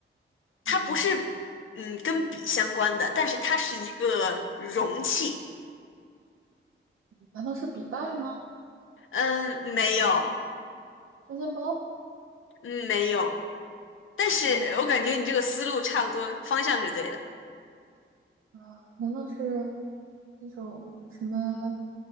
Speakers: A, on the left; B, on the right.
A: 它不是，
B: 嗯，
A: 嗯，跟笔相关的，但是它是一个容器。
B: 难道是笔袋吗？
A: 嗯，没有，
B: 双肩包？
A: 嗯，没有。但是我感觉你这个思路差不多，
B: 嗯，
A: 方向是对的。
B: 啊、难道是那种什么